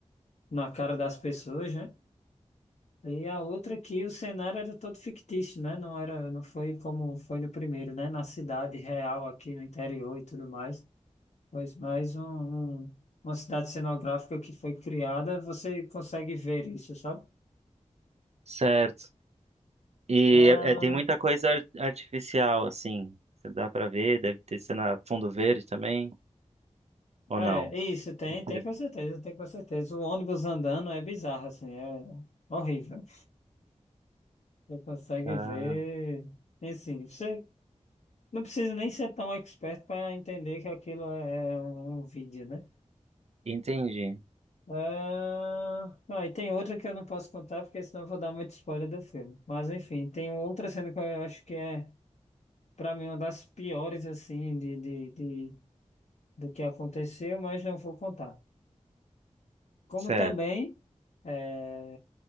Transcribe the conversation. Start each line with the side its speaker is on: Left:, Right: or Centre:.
Left: na cara das pessoas, né? E a outra que o cenário era todo fictício, né? Não era, não foi como foi no primeiro, né? Na cidade real, aqui no interior e tudo mais. Pois mais um, um- uma cidade cenográfica que foi criada, você consegue ver isso, sabe?
Right: certo. E
Left: Ah,
Right: é- é, tem muita coisa ar- artificial, assim. Você dá pra ver, deve ter cena fundo verde também, ou
Left: É,
Right: não?
Left: isso, tem,
Right: Não
Left: tem com certeza, tem com certeza. O ônibus andando é bizarro, assim, é horrível. Você consegue
Right: Ah,
Left: ver, enfim, você não precisa nem ser tão expert para entender que aquilo é é um vídeo, né?
Right: entendi.
Left: Ah, ah, e tem outra que eu não posso contar, porque senão eu vou dar muito spoiler do filme. Mas, enfim, tem outra cena que eu acho que é, para mim, uma das piores, assim, de, de, de, do que aconteceu, mas não vou contar. Como
Right: Certo.
Left: também. é,